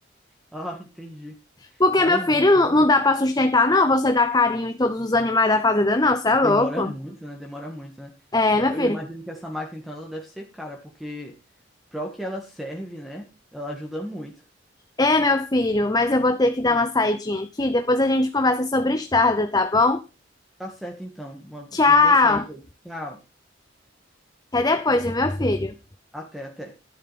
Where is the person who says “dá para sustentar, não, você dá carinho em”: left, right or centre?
Left